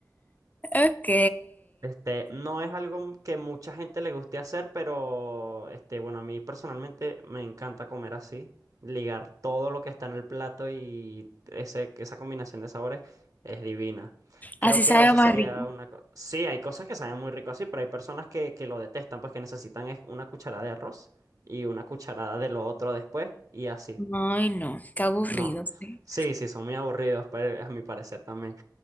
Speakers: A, on the left; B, on the right.
A: Ok.
B: Este, no es algo que mucha gente le guste hacer, pero este, bueno, a mí personalmente me encanta comer así, ligar todo lo que está en el plato y ese, que esa combinación de sabores es divina. Creo
A: Así
B: que
A: sabe
B: eso
A: más
B: sería
A: rico.
B: una cosa. Sí, hay cosas que saben muy rico así, pero hay personas que, que lo detestan, pues que necesitan es una cucharada de arroz y una cucharada de lo otro después y así.
A: Ay, no, qué aburrido,
B: No.
A: sí.
B: Sí, sí, son muy aburridos, pero a mi parecer también.